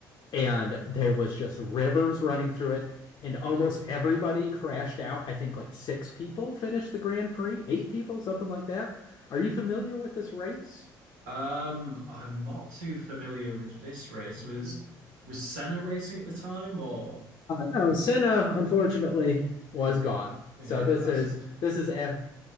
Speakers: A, on the left; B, on the right.
A: and there was just rivers running through it and almost everybody crashed out. I think like six people finished the Grand Prix, eight people, something like that. Are you familiar with this race?
B: Um, I'm not too familiar with this race.
A: Uh,
B: Was was Senna racing at the time or
A: no, Senna unfortunately was
B: he
A: gone.
B: yeah,
A: So
B: he'd
A: this
B: passed
A: is
B: this.
A: this is a,